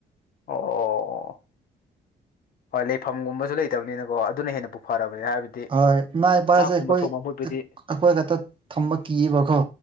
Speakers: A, on the left; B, on the right.
A: ꯑꯣ-ꯑꯣ-ꯑꯣ ꯍꯣꯏ ꯂꯩꯐꯝꯒꯨꯝꯕꯁꯨ ꯂꯩꯇꯕꯅꯤꯅꯀꯣ ꯑꯗꯨꯅ ꯍꯦꯟꯅ ꯄꯨ ꯐꯔꯕꯅꯦ ꯍꯥꯏꯕꯗꯤ
B: ꯍꯣꯏ ꯏꯃꯥ ꯏꯄꯥꯁꯦ
A: ꯆꯥꯛꯀꯨꯝꯕ
B: ꯑꯩꯈꯣꯏ-ꯑꯈꯣꯏ
A: ꯊꯣꯡꯕ ꯃꯍꯨꯠꯄꯨꯗꯤ
B: ꯈꯛꯇ ꯊꯝꯕ ꯀꯤꯌꯦꯕꯀꯣ